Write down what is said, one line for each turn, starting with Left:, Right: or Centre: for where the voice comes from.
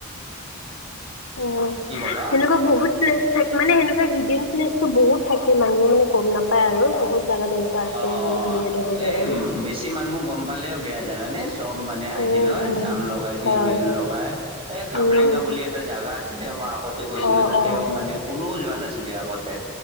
Left: উম
Right: কি ক'লা?
Left: সেনেকুৱা বহুত। প্লেচ থাক মানে সেনেকুৱা হিডেন প্লেচতো বহুত থাকে। মানুহে মানে গম নাপায় আৰু বহুত জাগা তেনেকুৱা। আছে
Right: অ,
Left: বহুত
Right: অ
Left: ধুনীয়া ধুনীয়া জাগাবোৰ।
Right: এই বেছি মানুহ গম পালেও বেয়া জানানে। চব মানে আহি
Left: উম,
Right: নহয়
Left: উম,
Right: জাম লগাই দিয়ে
Left: হয়,
Right: ভিৰ লগাই, এই সামাৰুণ্য
Left: উম,
Right: বুলি- এটা জেগা আছিলে মই আগতে গৈছিলো,
Left: অ',
Right: তাতেও
Left: অ',
Right: মানে কোনেও যোৱা নাছিলে আগতে।